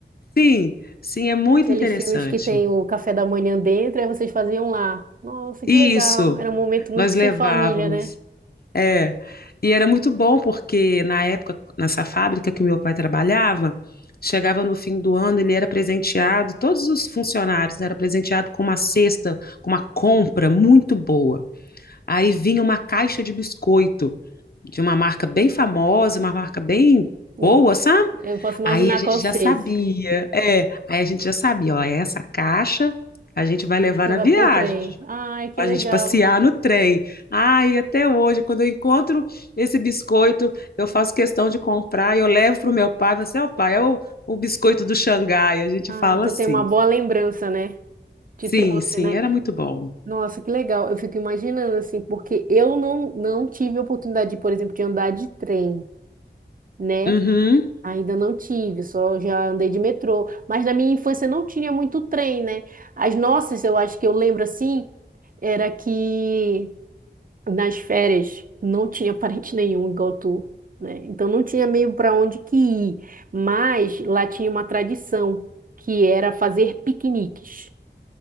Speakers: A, on the left (about 55°); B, on the right (about 50°).
A: sim, sim, é muito
B: Aqueles
A: interessante.
B: filmes que tem o café da manhã dentro, aí vocês faziam lá. Nossa,
A: Isso,
B: que legal. Era um momento muito
A: nós
B: sem
A: levávamos.
B: família, né?
A: É. E era muito bom porque na época, nessa fábrica que o meu pai trabalhava, chegava no fim do ano, ele era presenteado, todos os funcionários né, era presenteado com uma cesta, com uma compra muito boa. Aí vinha uma caixa de biscoito de uma marca bem famosa, uma marca bem
B: Eu
A: boa,
B: po-
A: sabe?
B: eu não posso imaginar
A: Aí a gente
B: qual
A: já
B: seja.
A: sabia, é, aí a gente já sabia, ó, essa caixa a gente vai levar
B: Levar
A: na viagem
B: pro trem. Ai, que
A: a
B: legal.
A: gente passear no trem. Ai, até hoje, quando eu encontro esse biscoito, eu faço questão de comprar e eu levo para o meu pai. Você, assim, ó, pai, é o, o biscoito do Xangai. A gente
B: Ai,
A: fala
B: tu
A: assim.
B: tem uma boa lembrança, né? Te
A: Sim,
B: trouxe,
A: sim,
B: né?
A: era muito bom.
B: Nossa, que legal. Eu fico imaginando assim, porque eu não, não tive a oportunidade, por exemplo, de andar de trem, né?
A: Uhum.
B: Ainda não tive, só já andei de metrô. Mas na minha infância não tinha muito trem, né? As nossas, eu acho que eu lembro assim, era que nas férias não tinha <laughs> parente nenhum igual tu, né? Então não tinha meio para onde que ir. Mas lá tinha uma tradição, que era fazer piqueniques.